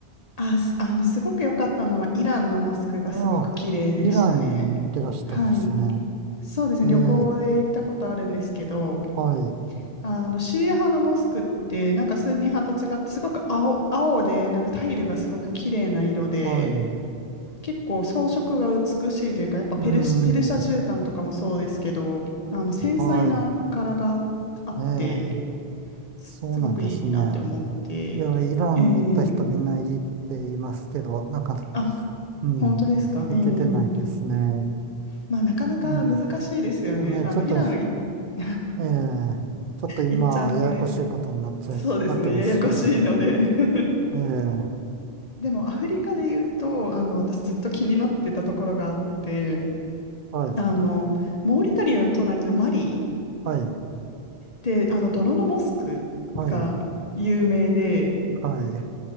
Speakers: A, on the left (about 45°); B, on the right (about 60°).
A: あ、すあの、すごく良かったのは、イランのモスクがすごく綺麗でしたね。
B: ああ、イラン行ってらしたんですね。
A: はい。そうですね、
B: えー
A: 旅行で行ったことあるんですけど、
B: はい。
A: あの、シーア派のモスクって、なんかスンニ派と違って、すごく青、青で、なんかタイルがすごく綺麗な色で、
B: はい。
A: 結構装飾が美しいというか、やっぱペルシ、
B: うーん。
A: ペルシャ絨毯とかもそうですけど、あの、繊細な柄があって、
B: はい。ええ。
A: すごくいいなって思って、
B: そうなんですね。いや、イラン行った人みんないいって言いますけど、
A: ええ
B: なかな
A: あ、
B: うん。
A: 本当ですか、
B: いけてないですね。
A: ええまあ、なかなか難しいですよね。
B: うん。でね、
A: あの、
B: ちょっと、
A: イランい <laughs>
B: ええちょっと今、
A: 行っちゃうとね、
B: ややこしいことになっちゃい、
A: そうですね、
B: なってますしね。
A: ややこしいので <laughs>
B: ええ
A: でも、アフリカで言うと、あの、私ずっと気になってたところがあって、
B: はい、
A: あの、モーリタリアの隣のマリっ
B: はい、
A: てあの、泥のモスクが有名で、
B: はい、はい。